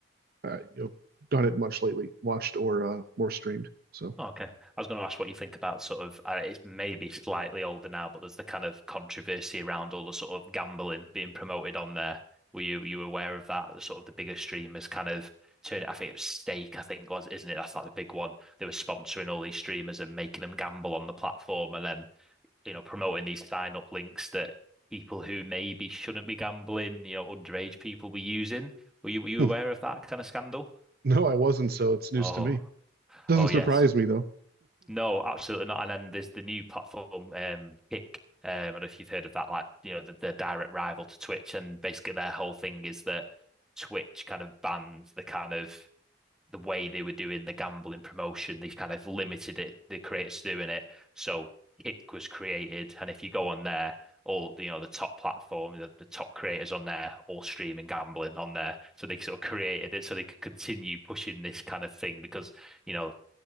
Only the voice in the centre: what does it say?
Oh, okay. I was going to ask what you think about sort of, uh, it's maybe slightly older now, but there's the kind of controversy around all the sort of gambling being promoted on there. Were you were you aware of that? The Sort of the bigger streamers kind of turn it. I think it was Stake, I think was, isn't it? That's like the big one. They were sponsoring all these streamers and making them gamble on the platform, and then you know, promoting these sign up links that people who maybe shouldn't be gambling, you know, underage people were using. Were you were you
aware of that kind of scandal?
Oh,
oh yes.
No, absolutely not. And then there's the new platform, um, Kick. Um, I don't know if you've heard of that, like, you know, the, the direct rival to Twitch. And basically their whole thing is that Twitch kind of bans the kind of the way they were doing the gambling promotion, they kind of limited it, the creators doing it. So Kick was created, and if you go on there, all you know, the top platform, the, the top creators on there, all streaming gambling on there. So they sort of created it so they could continue pushing this kind of thing because, you know,